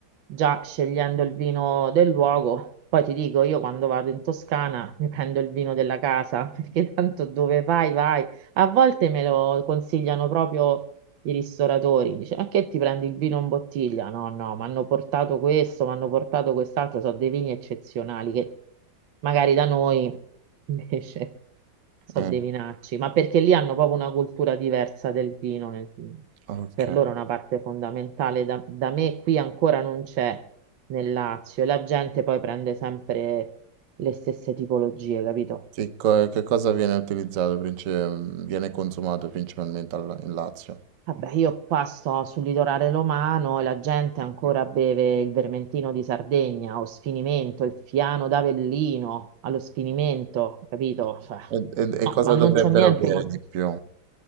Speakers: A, on the right; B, on the right.
A: già scegliendo il vino del luogo. Poi ti dico, io quando vado in Toscana mi prendo il vino della casa, <laughs> perché tanto dove vai, vai. A volte me lo consigliano proprio i ristoratori, dice, ma che ti prendi il vino in bottiglia? No, no, mi hanno portato questo, mi hanno portato quest'altro, sono dei vini eccezionali che magari da noi <laughs> invece sono
B: mm,
A: dei vinacci, ma perché lì hanno proprio una cultura diversa del vino, nel-
B: ok.
A: per loro è una parte fondamentale, da, da me qui ancora non c'è nel Lazio e la gente poi prende sempre le stesse tipologie, capito?
B: Che co che cosa viene utilizzato princi ehm, viene consumato principalmente al in Lazio?
A: Vabbè, io qua sto sul litorale romano e la gente ancora beve il vermentino di Sardegna, o sfinimento, il fiano d'Avellino allo sfinimento, capito? Cioè,
B: E e e
A: no,
B: cosa
A: ma non
B: dovrebbero
A: c'ho niente
B: Mh. bere
A: con...
B: di più?